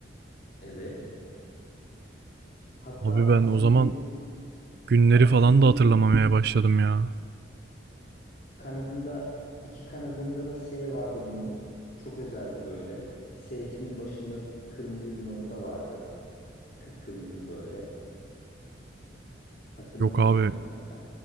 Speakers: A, on the left; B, on the right.
A: Evet. Hatta
B: Abi
A: adı
B: ben
A: simgeydi.
B: o zaman günleri
A: Adı
B: falan
A: simgeydi.
B: da hatırlamamaya başladım ya.
A: Kanadında iki kanadında da S vardı bunun. Çok özeldi böyle. S'sinin başında kırmızı bir nokta vardı. Kıpkırmızı böyle. Hatırlamıyorsun
B: Yok abi.
A: onları sen.